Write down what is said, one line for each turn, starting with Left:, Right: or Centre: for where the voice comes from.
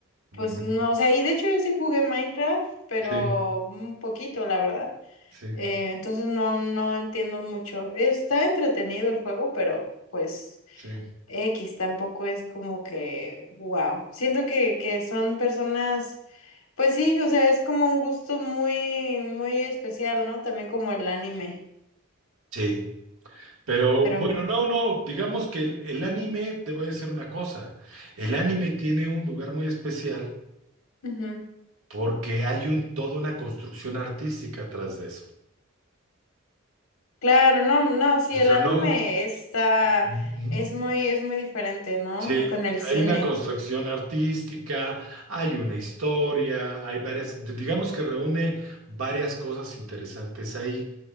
Right: Ujú.
Left: Pues no, o sea, y de hecho yo sí jugué Minecraft, pero
Right: Sí,
Left: un poquito, la verdad.
Right: sí,
Left: Eh, entonces no, no entiendo mucho. Está entretenido el juego, pero pues
Right: sí.
Left: X tampoco es como que, wow. Siento que, que son personas, pues sí, o sea, es como un gusto muy, muy especial, ¿no? También como el anime.
Right: Sí, Pero
Left: Pero,
Right: bueno, no, no, digamos que el, el anime, te voy a decir una cosa, el anime tiene un lugar muy especial
Left: ujú.
Right: porque hay un, toda una construcción artística atrás de eso.
Left: Claro, no, no, sí,
Right: O
Left: el
Right: sea,
Left: anime
Right: no,
Left: está,
Right: mm,
Left: es muy, es muy diferente, ¿no?
Right: sí,
Left: Con el cine.
Right: hay una construcción artística, hay una historia, hay varias, digamos que reúne varias cosas interesantes ahí